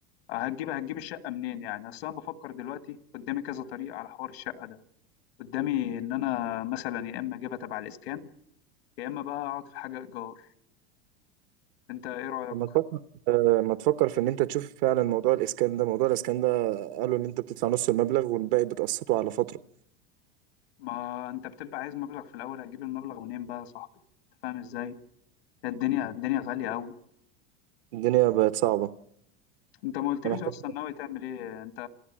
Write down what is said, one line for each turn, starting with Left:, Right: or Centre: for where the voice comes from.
Left: هتجيب هتجيب الشقه منين يعني اصل انا بفكر دلوقتي قدامي كذا طريقه على حوار الشقه ده قدامي ان انا مثلا يا اما اجيبها تبع الاسكان يا اما بقى اقعد في حاجه ايجار انت ايه رايك؟
Right: لما تفكر لما تفكر في ان انت تشوف فعلا موضوع الاسكان ده موضوع الاسكان ده قالوا ان انت بتدفع نص المبلغ والباقي بتقسطه على فترة
Left: ما انت بتبقى عايز مبلغ في الاول هتجيب المبلغ منين بقى يا صاحبي؟ أنت فاهم ازاي؟ الدنيا الدنيا غاليه قوي
Right: الدنيا بقت صعبة
Left: انت ما قلتليش
Right: انا محتاج
Left: اصلا ناوي تعمل ايه انت